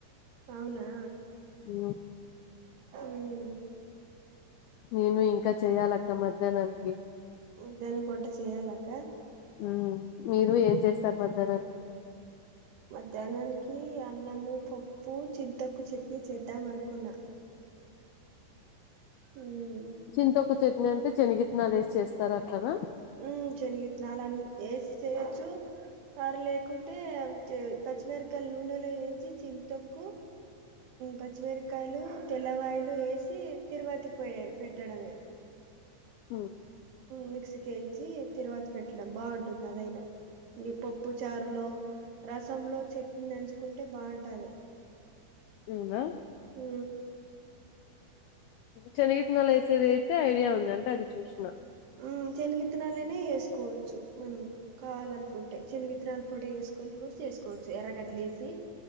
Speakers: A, on the right; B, on the left.
A: అవునా
B: ఉ
A: ఊ
B: నేను ఇంకా చెయ్యాలి అక్క మధ్యాహ్నానికి
A: మధ్యాహన వంట చేయ్యాలక్క
B: ఆ మీరు ఏం చేస్తారు మధ్యాహ్నానికి
A: మధ్యాహ్నానికి అన్నము పప్పు చింతకు చట్నీ చేద్దాం అనుకున్నా ఉమ్
B: చింతకు చట్నీ అంటే శనగిత్తనాలు వేసి చేస్తారు అట్లనా
A: ఉ శనిగిత్తినలాని వేసి చేయొచ్చు అరు లేకుటె అంటే పచ్చిమిరకాయల నూనెలో వేంచి చిన్ తొక్కు పచ్చిమిరకాయ కాయలు తెల్లవాయలు వేసి తిరుపతికి పోయ పెట్టడమే
B: హ
A: మిక్సీకి ఇచ్చి తిరువాతి పెట్టడం బాగుంటుంది అదైనా ఇ పప్పు చారులో రసంలో చట్నీనించుకుంటే బాగుంటది
B: అవునా
A: హు
B: శనగితినలు వేసేది అయితే ఐడియా ఉంది అది చూసిన
A: ఉమ్ శనగిత్తినాలనే వేసుకోవచ్చు మనం కావాలనుకుంటు చిన్నగి తినాల పొడి వేసుకొని కూడా చేసుకోవచ్చు ఎర్రగడ్లే ఎసి